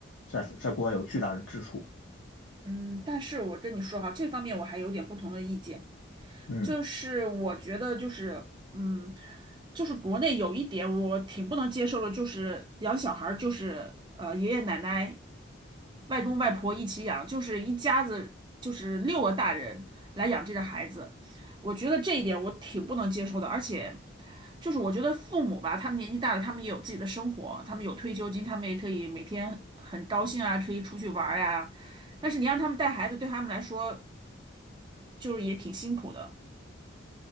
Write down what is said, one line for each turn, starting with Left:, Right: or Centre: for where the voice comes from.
Left: 在在国外有巨大的支出。
Right: 嗯，但是我跟你说哈，这方面我还有点不同的意见，
Left: 嗯
Right: 就是我觉得就是，嗯，就是国内有一点我挺不能接受的，就是养小孩儿就是呃爷爷奶奶、外公外婆一起养，就是一家子就是六个大人来养这个孩子，我觉得这一点我挺不能接受的，而且就是我觉得父母吧，他们年纪大了，他们也有自己的生活，他们有退休金，他们也可以每天很高兴啊，可以出去玩儿呀、但是你让他们带孩子，对他们来说就是也挺辛苦的。